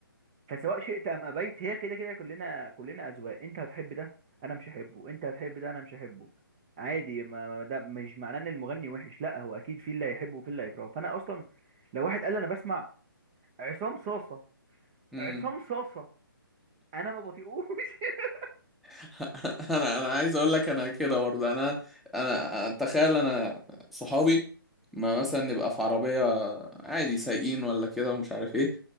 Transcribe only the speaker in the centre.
مم.
<laughs> انا انا عايز اقول لك انا كده برضه انا انا أنا- تخيل انا صحابي ما مثلا نبقى في عربية عادي سايقين ولا كده ومش عارف ايه